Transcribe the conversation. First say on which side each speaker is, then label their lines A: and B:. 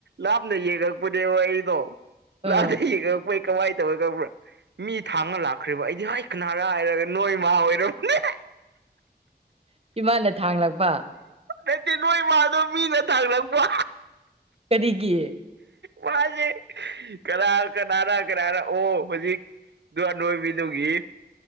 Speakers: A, on the right (about 85°); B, on the right (about 35°).
A: ꯂꯥꯞꯅ ꯌꯦꯡꯉꯛꯄꯅꯦꯕ ꯑꯩꯗꯣ
B: ꯑ
A: ꯂꯥꯞꯅ ꯌꯦꯡꯉꯂꯛꯄ ꯀꯃꯥꯏꯅ ꯇꯧꯋ ꯈꯕ꯭ꯔꯥ ꯃꯤ ꯊꯥꯡꯉꯥ ꯂꯥꯛꯈ꯭ꯔꯤꯕ ꯑꯩꯗꯤ ꯍꫭꯏ ꯀꯅꯥꯔꯥ ꯍꯥꯏꯔꯒ ꯅꯣꯏ ꯃꯥ ꯑꯣꯏꯔꯥꯝꯅꯦ
B: ꯏꯃꯥꯟꯅ ꯊꯥꯡꯂꯛꯄ
A: ꯅꯠꯇꯦ ꯅꯣꯏꯃꯗꯣ ꯃꯤꯅ ꯊꯥꯡꯂꯛꯄ
B: ꯀꯔꯤꯒꯤ
A: ꯃꯥꯁꯦ ꯀꯅꯥ ꯀꯅꯥꯅ ꯀꯅꯥꯅ ꯑꯣ ꯍꯧꯖꯤꯛ ꯑꯗꯨ ꯑꯅꯣꯏꯕꯤꯗꯨꯒꯤ